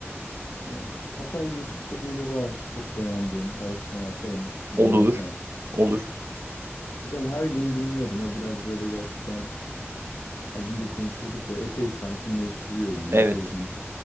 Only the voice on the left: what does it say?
Ee, Hatta YouTube'da biri var çok beğendiğim. Belki sana atarım. Bir
de ona şans.
Güzel her gün dinliyordum. O biraz böyle gerçekten az önce konuşuyorduk ya epey sakinleştiriyor beni.
Epey dinliyor.